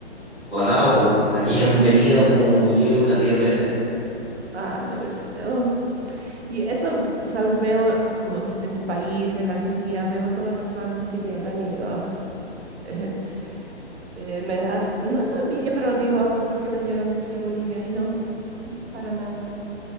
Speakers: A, in the centre; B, on the right (about 70°).
A: Wow, aquí han venido como yo creo unas 10 veces.
B: Ah, debe ser. oh. Y eso, sabes, veo como en tu país, en la Argentina, veo todas las bandas que llegan y ah, <laughs> eh, me da, no, no envidia, pero digo, ah, ¿por qué no llegan aquí a Bolivia? Y no, para nada.